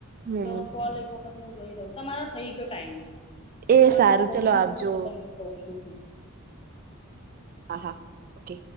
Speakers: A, on the right; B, on the left.
A: હમ
B: તો કોલ એક વખત હું જોઈ દઉં તમારો થઈ ગયો ટાઈમ.
A: એ
B: કટકર
A: સારું
B: દ
A: ચલો
B: કઈ હું
A: આવજો
B: પૂર છું તમને કહ છું હા.
A: હા હા ઓકે.